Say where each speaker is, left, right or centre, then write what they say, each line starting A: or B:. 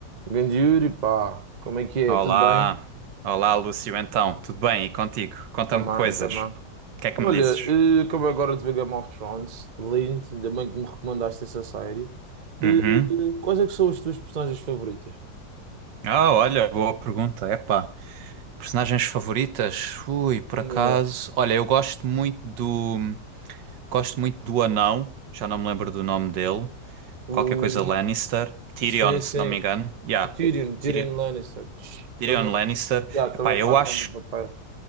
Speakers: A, on the right; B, on the right.
A: Grande Yuri, pá, como é que é?
B: Olá,
A: Tudo bem?
B: olá Lúcio, então, tudo bem? E contigo? Conta-me
A: Também,
B: coisas.
A: também.
B: O que é que
A: Olha,
B: me dizes?
A: eh, acabei agora de ver Game of Thrones, lindo, ainda bem que me recomendaste essa série. Eh,
B: Uhum.
A: Quais é que são as tuas personagens favoritas?
B: Ah, olha, boa pergunta. Epá, personagens favoritas? Ui, por
A: Né,
B: acaso. Olha, eu gosto muito do. Gosto muito do anão, já não me lembro do nome dele.
A: O...
B: Qualquer coisa Lannister. Tyrion,
A: Sim, sim,
B: se não me engano. Yeah.
A: o Tyrion, Tyrion
B: Tyri-
A: Lannister, Tch,
B: Tyrion
A: também,
B: Lannister.
A: yeah,
B: Epá,
A: também faz
B: eu acho.
A: grande papel.